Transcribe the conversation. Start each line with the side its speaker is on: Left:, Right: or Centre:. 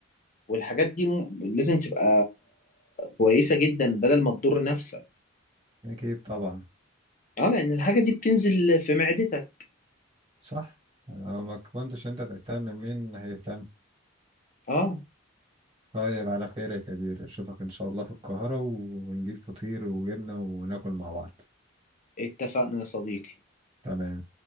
Left: والحاجات دي م- لازم تبقى كويسة جدا بدل ما تضر نفسك
Right: اكيد طبعا
Left: اه لان الحاجة دي بتنزل في معدتك
Right: صح لو ما كنتش انت تهتم مين هيهتم
Left: اه
Right: طيب على خير يا كبير اشوفك ان شاء الله في القاهرة ونجيب فطير وجبنة وناكل مع بعض
Left: اتفقنا يا صديقي
Right: تمام